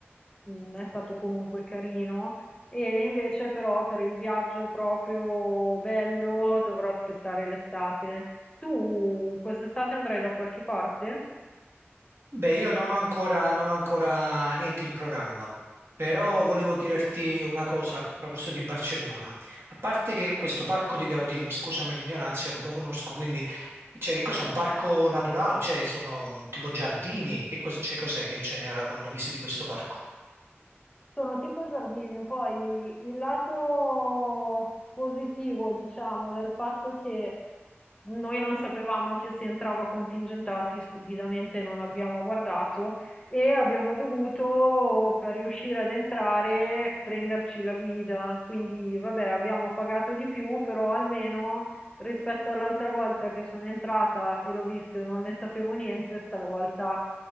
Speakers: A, on the left; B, on the right.
A: mm, è stato comunque carino. E invece però per il viaggio proprio bello dovrò aspettare l'estate. Tu quest'estate andrai da qualche parte?
B: Beh, io non ho ancora, non ho ancora niente in programma, però volevo chiederti una cosa a proposito di Barcellona. A parte che questo parco di Gaudì, scusami l'ignoranza, io non lo conosco, quindi cioè, che cos'è? Un parco naturale? Cioè, sono tipo giardini? Che cos- cioè, cos'è che c'è eh, quando visiti questo parco?
A: Sono tipo giardini, poi il lato positivo, diciamo, del fatto che noi non sapevamo che si entrava contingentati, stupidamente non abbiamo guardato e abbiamo dovuto, per riuscire ad entrare, prenderci la guida. Quindi, vabbè, abbiamo pagato di più, però almeno rispetto all'altra volta che sono entrata e l'ho visto e non ne sapevo niente, stavolta